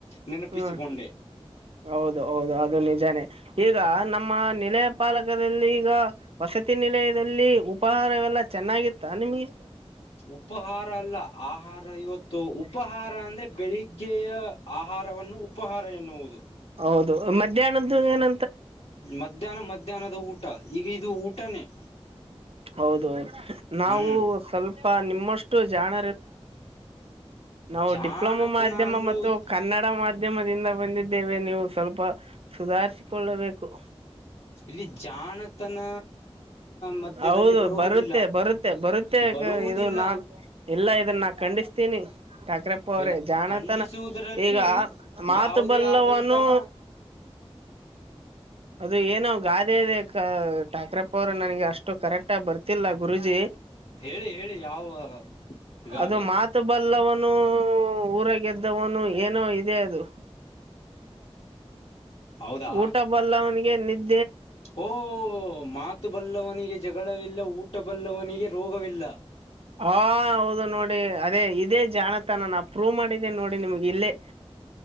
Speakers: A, on the left; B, on the right.
A: ನೆನಪಿಸಿಕೊಂಡೆ
B: ಹ್ಮ ಹೌದು ಹೌದು ಅದು ನಿಜಾನೇ ಈಗ ನಮ್ಮ ನಿಲಯ ಪಾಲಕದಲ್ಲಿ ಈಗ ವಸತಿ ನಿಲಯದಲ್ಲಿ ಉಪಹಾರವೆಲ್ಲ ಚೆನ್ನಾಗಿತ್ತ ನಿಮ್ಗೆ
A: ಉಪಹಾರ ಅಲ್ಲ ಆಹಾರ ಇವತ್ತು ಉಪಾಹಾರ ಅಂದ್ರೆ ಬೆಳಿಗ್ಗೆಯ ಆಹಾರವನ್ನು ಉಪಹಾರ ಎನ್ನುವುದು
B: ಹೌದು ಮಧ್ಯಾಹ್ನದ ಏನ
A: ಮಧ್ಯಾಹ್ನ ಮಧ್ಯಾಹ್ನದ ಊಟ ಈಗ ಇದು ಊಟನೇ
B: ಹೌದೌದು ನಾವು
A: ಹ್ಮ್
B: ಸ್ವಲ್ಪ ನಿಮ್ಮಷ್ಟು ಜಾಣ ನಾವು
A: ಜಾಣತನ
B: ಡಿಪ್ಲೊಮ ಮಾಧ್ಯಮ
A: ಅನ್ನುವುದು
B: ಮತ್ತು ಕನ್ನಡ ಮಾಧ್ಯಮದಿಂದ ಬಂದಿದ್ದೇವೆ ನೀವು ಸ್ವಲ್ಪ ಸುಧಾರಿಸಿಕೊಳ್ಳಬೇಕು
A: ಇಲ್ಲಿ ಜಾಣತನ ಮಧ್ಯದಲ್ಲಿ
B: ಹೌದು
A: ಬರುವುದಿಲ್ಲ
B: ಬರುತ್ತೆ ಬರುತ್ತೆ ಬರುತ್ತೆ
A: ಬರುವುದಿಲ್ಲ
B: ಇದು ನಾನ್ ಎಲ್ಲ ಇದನ್ನಾ ಂಡಿಸ್ತ ತಿನ್ನಿ ಠಾಕ್ರಪ್ಪ ಅವ್ರೇ
A: ಇಲ್ಲ
B: ಜಾಣತನ
A: ಖಂಡಿಸುವುದರಲ್ಲಿ
B: ಈಗ ಮಾತು
A: ಯಾವುದೇ
B: ಬಲ್ಲವವನ್ನುೂ
A: ಆದಂತಹ
B: ಅದು ಏನ ಗಾದೆ ಇದೆ ಠಾಕ್ರಪ್ಪ ಅವರು ನನಗೆ ಅಷ್ಟ ಷ್ಟ ಕರೆಕ್ಟ್ ಆಗ ಬರ್ತಿಲ್ಲಾ ಗುರುಜಿ
A: ಹೇಳಿ ಹೇಳಿ ಯಾವ ಗಾದೆ
B: ಅದು ಮಾತು ಬಲ್ಲ ಒಂದು ನು ಊರ ಗೆದ್ದವನು ಏನೋ ಇದೆ ಅದು
A: ಹೌದಾ
B: ಊಟ ಬಲ್ಲ ಅವನಿಗೆ ನಿದ್ದೆ
A: ಓ ಮಾತು ಬಲ್ಲವನಿಗೆ ಜಗಳವಿಲ್ಲ ಊಟ ಬಲ್ಲವನಿಗೆ ರೋಗವಿಲ್ಲ
B: ಹಾ ಹೌದು ನೋಡಿ ಅದೇ ಇದೇ ಜಾಣತಾನ ನಾ ಪ್ರೂವ್ ಮಾಡಿದ್ದೇ ನೋಡಿ ನಿಮ್ಗೆ ಇಲ್ಲೇ